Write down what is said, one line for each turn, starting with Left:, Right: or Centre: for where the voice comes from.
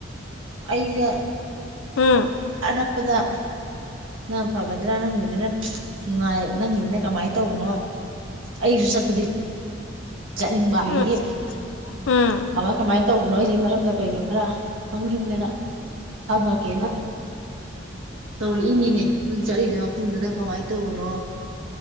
Right: ꯑꯩꯁꯦ
Left: ꯎꯝ
Right: ꯑꯅꯛꯄꯗ ꯅꯪ ꯐꯒꯗ꯭ꯔꯥ ꯅꯪꯒꯤꯗꯨꯅ ꯅꯨꯡꯉꯥꯏ ꯅꯪꯒꯤꯗꯨꯅ ꯀꯃꯥꯏꯅ ꯇꯧꯕꯅꯣ ꯑꯩꯁꯨ ꯆꯠꯄꯗꯤ ꯆꯠꯅꯤꯡꯕ ꯑꯗꯒꯤ
Left: ꯎꯝ ꯎꯝ
Right: ꯀꯃꯥꯏ ꯀꯃꯥꯏ ꯇꯧꯕꯅꯣ ꯑꯩꯁꯦ ꯃꯔꯝꯗ ꯀꯩꯅꯣ ꯈꯔ ꯈꯪꯁꯤꯡꯅꯤꯡꯗꯅ ꯍꯞꯉꯛꯀꯦꯅ ꯇꯧꯔꯛꯏꯅꯤꯅꯦ ꯅꯪ ꯆꯠꯂꯤꯗꯨ ꯃꯐꯝꯗꯨꯅ ꯀꯃꯥꯏꯅ ꯇꯧꯕꯅꯣ